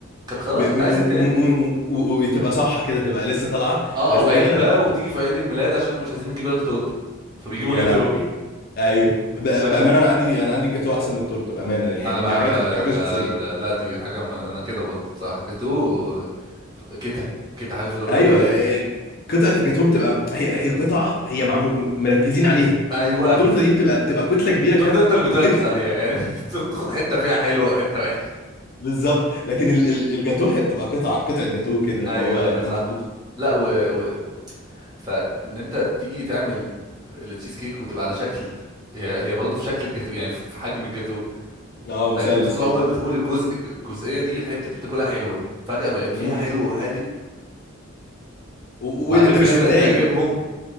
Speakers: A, on the right; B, on the left.
A: كانت خلاص
B: م- م-
A: انت عايز
B: و-
A: ايه تاني
B: و- و- و- وتبقى صبحه كده تبقى لسه طالعه ما
A: اه
B: تبقاش
A: او
B: بايته
A: علبه وبتيجي في عيد الميلاد عشان مش عايزين نجيب لك تورته فبيجيبوا
B: يا
A: جاتوه
B: لهوي ايوه ب-
A: فاهم
B: بامانه انا عندي انا عندي الجاتوه احسن من التورته بامانه يعني
A: انا بقى,
B: دي حاجه
A: بقى
B: دي حاجه
A: ده
B: شخصيه
A: ده لا دي حاجه ما انا كده برضه بصراحه جاتوه كده كده عارف اللي هو بياخد
B: ايوه
A: ويدي
B: إيه، قطعه الجاتوه بتبقى هي هي قطعه هي معمو... مركزين عليها
A: ايوه
B: التورته دي بتبقى بتبقى كتله كبيره
A: التورته
B: كده
A: انت اللي بتركز
B: ممكن
A: عليها يعني <laughs> أنت بتاخد حته فيها حلوه وحته وحشه
B: بالظبط لكن ال- ال- الجاتوه هي بتبقى قطعه قطعه جاتوه كده اللي
A: ايوه
B: هو
A: ايوه صح
B: مظبوط
A: لا و... و... فان انت تيجي تعمل التشيز كيك وتبقى على شكل هي هي برضه في شكل الجاتو يعني في في حجم الجاتو
B: اه مثلث
A: لان انت طول
B: كده
A: عمرك بتاكل الجزء الجزئيه دي الحته دي بتاكلها حلوه فجاه بقت
B: امم
A: فيها حلو وحادق
B: و-
A: وبعدين
B: وانت
A: في
B: مش
A: ناس
B: متضايق
A: بقت تعجبهم